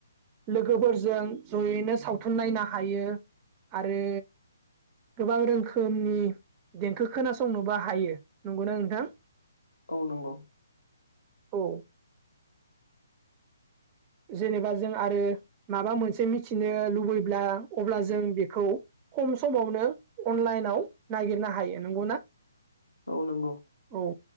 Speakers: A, on the right; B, on the left.
A: लोगोफोरजों जयैनो सावथुन नायनो हायो आरो गोबां रोखोमनि देंखो खोनासंनोबो हायो नंगौना नोंथां
B: औ नंगौ
A: औ जेनेबा जों आरो माबा मोनसे मिथिनो लुबैब्ला अब्ला जों बेखौ खम समावनो अनलाइनाव नागिरनो हायो नंगौना
B: औ नंगौ
A: औ